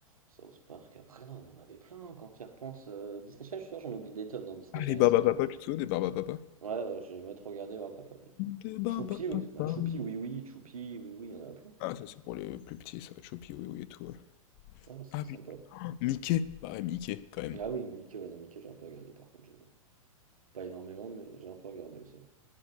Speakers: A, on the right; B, on the left.
A: South Park, après, non, on en avait plein, hein, quand tu y repenses. euh, Disney Channel, je suis sûr, j'en oublie des tonnes dans Disney
B: Ah,
A: Channel,
B: les Barbapapa,
A: ça qui...
B: tu te souviens des Barbapapa?
A: Ouais, ouais, j'ai jamais trop regardé, ouais, papa.
B: Des Barbapapa.
A: Choupi, ouais. bah Choupi, oui, oui, Choupi, oui, oui, il y en a plein.
B: Ah, ça, c'est pour les plus petits, ça. Choupi, oui, oui, et tout. ouais.
A: Ah non, c'était
B: Ah, putain,
A: sympa.
B: Mickey! Bah ouais, Mickey, quand même.
A: Ah oui, Mickey, ouais, non, Mickey, j'ai un peu regardé, par contre, j'avoue. Pas énormément, mais j'ai un peu regardé aussi.